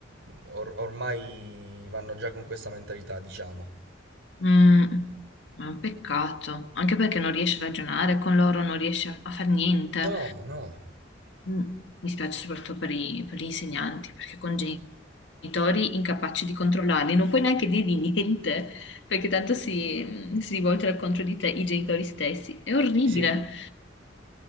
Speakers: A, on the right; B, on the left.
A: or- ormai vanno già con questa mentalità, diciamo.
B: Mm, ma è un peccato, anche perché non riesci a ragionare con loro, non riesci a, a fare niente.
A: No, no,
B: Mm, mi spiace soprattutto per, i- per gli insegnanti, perché con genitori incapaci di controllarli, non puoi neanche dirgli <laughs> niente, perché tanto si, si rivoltano contro di te i genitori stessi. È orribile.
A: sì, sì.